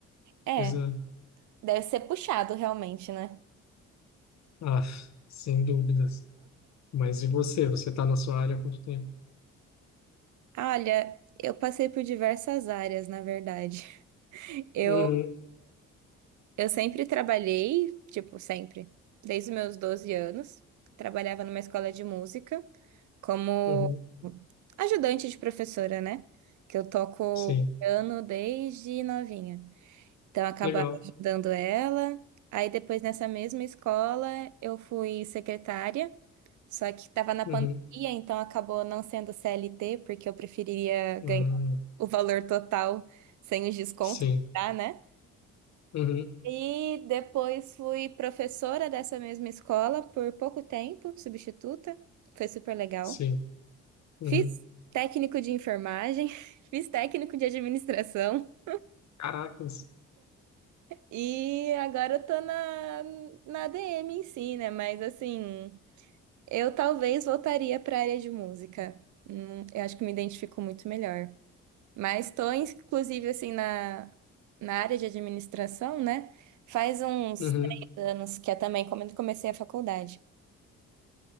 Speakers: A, on the right (about 70°); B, on the left (about 65°).
A: É,
B: Coisa.
A: deve ser puxado realmente, né?
B: Ah, sem dúvidas. Mas e você? Você está na sua área há quanto tempo?
A: Olha, eu passei por diversas áreas, na verdade. <laughs> Eu,
B: Uhum,
A: eu sempre trabalhei, tipo, sempre, desde os meus 12 anos. Trabalhava numa escola de música como
B: uhum,
A: ajudante de professora, né? Que eu toco
B: sim.
A: piano desde novinha. Então, acabaram
B: Legal.
A: ajudando ela. Aí, depois, nessa mesma escola, eu fui secretária, só que estava na
B: Uhum,
A: pandemia, então acabou não sendo CLT, porque eu preferiria ganhar
B: uhum,
A: o valor total sem os descontos,
B: sim.
A: que dá, né?
B: Uhum,
A: E depois fui professora dessa mesma escola por pouco tempo, substituta. Foi super legal.
B: sim.
A: Fiz
B: Uhum.
A: técnico de enfermagem, <laughs> fiz técnico de administração.
B: Caracas.
A: E agora eu tô na, na DM em si, né? Mas assim, eu talvez voltaria pra área de música. Hum, Eu acho que me identifico muito melhor. Mas tô, inclusive, assim, na, na área de administração, né? Faz uns
B: Uhum.
A: três anos que é também quando comecei a faculdade.